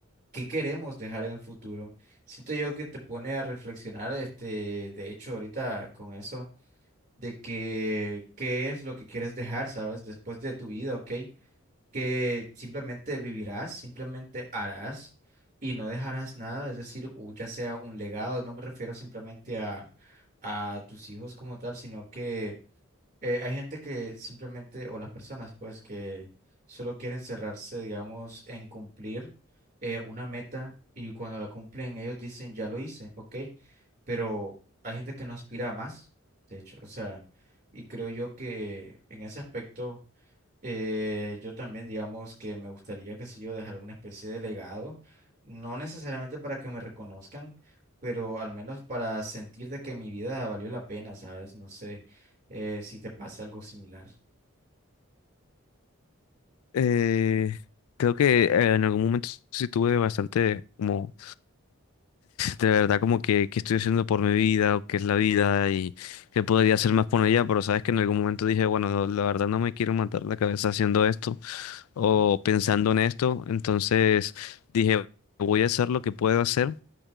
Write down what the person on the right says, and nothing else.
qué queremos dejar en el futuro. Siento yo que te pone a reflexionar, este, de hecho, ahorita con eso, de que qué es lo que quieres dejar, ¿sabes? Después de tu vida, ¿ok? Que simplemente vivirás, simplemente harás y no dejarás nada, es decir, u- ya sea un legado, no me refiero simplemente a, a tus hijos como tal, sino que eh, hay gente que simplemente, o las personas, pues, que solo quieren cerrarse, digamos, en cumplir eh, una meta y cuando la cumplen ellos dicen, ya lo hice, ok, pero hay gente que no aspira a más, de hecho, o sea, y creo yo que en ese aspecto eh, yo también, digamos que me gustaría, qué sé yo, dejar alguna especie de legado, no necesariamente para que me reconozcan, pero al menos para sentir de que mi vida valió la pena, ¿sabes? No sé eh, si te pasa algo similar.
Ujú,